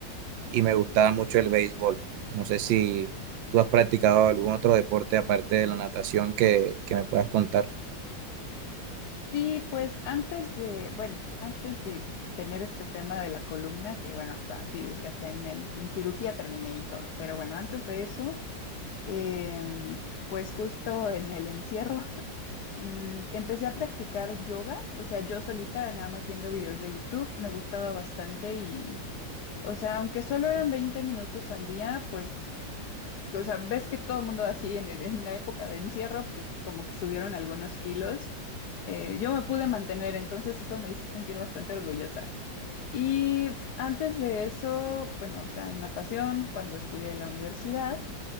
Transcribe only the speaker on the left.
Sí, pues antes de, bueno, antes de tener este tema de la columna, que bueno, hasta cirugía, hasta en el, en cirugía terminé y todo, pero bueno, antes de eso, em, pues justo en el encierro Mm, empecé a practicar yoga, o sea, yo solita, nada más viendo videos de YouTube, me gustaba bastante y, o sea, aunque solo eran 20 minutos al día, pues, o sea, ves que todo el mundo así en, el- en la época de encierro, pues como que subieron algunos kilos. Eh, yo me pude mantener, entonces eso me hizo sentir bastante orgullosa. Y antes de eso, bueno, o sea, natación, cuando estudié en la universidad.